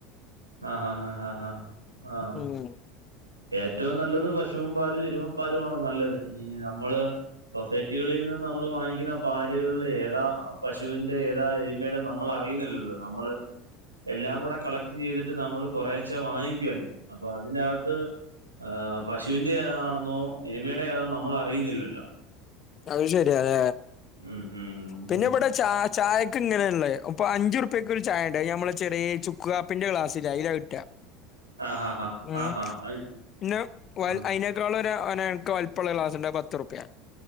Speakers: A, on the right; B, on the left.
A: ആഹ് ആഹ് <unintelligible> ആഹ്
B: ഉം
A: ഏറ്റവും നല്ലത് പശുവും പാലും എരുമ പാലും ആണ് നല്ലത് ഈ നമ്മള് സൊസൈറ്റികളിൽ നിന്ന് നമ്മൾ വാങ്ങിക്കുന്ന പാലുകളിൽ ഏതാ പശുവിന്റെ ഏതാ എമയുടെ നമ്മൾ അറിയുന്നിലല്ലോ നമ്മള് എല്ലാം കൂടെ കളക്ട് ചെയ്തിട്ട് നമ്മൾ കുറെചേ വാങ്ങിക്കുവല്ലേ അപ്പൊ അതിന്റെകത്ത് ആഹ് പശുവിന്റെ ഏതാണെന്നോ എരുമയുടെ ഏതാണോ നമ്മൾ അറിയുന്നില്ലല്ലോ.
B: അത് ശരിയല്ലെ.
A: ഉം ഉം
B: പിന്നെ
A: ഉം.
B: ഇവിടെ ച ചായക്ക ഇങ്ങനെയള്ളേ അഞ്ചുറുപ്പക്കൊ ഒരു ചായ ഉണ്ട് നമ്മളെ ചെറിയ ചു ക്ക് കാപ്പിന്റെ ക്ലാസ്സില്ലെ അയ്ല കിട്ടാ
A: ആഹാ ഹാ
B: ഉം
A: ആഹാ അയ്-
B: ഇന്ന വ
A: ആ,
B: അയിന ൾ എക്ക് വൽപ്പള്ള ഗ്ലാസ്ണ്ട് പത്ത്റുപ്യാണ്.